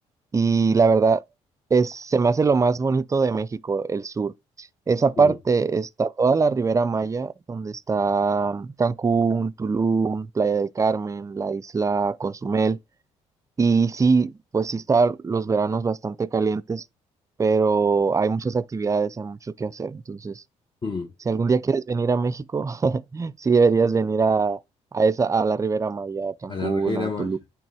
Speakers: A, on the right; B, on the left.
A: y la verdad es, se me hace lo más bonito de México, el sur. Esa parte
B: Mm,
A: está toda la Ribera Maya, donde está Cancún, Tulum, Playa del Carmen, la isla Consumel. Y sí, pues sí están los veranos bastante calientes, pero hay muchas actividades, hay mucho que hacer. Entonces,
B: mm,
A: si algún día quieres venir a México, <laughs> sí deberías venir a, a esa, a la Ribera Maya, a Cancún,
B: a la Riviera
A: a
B: Maya.
A: Tulum.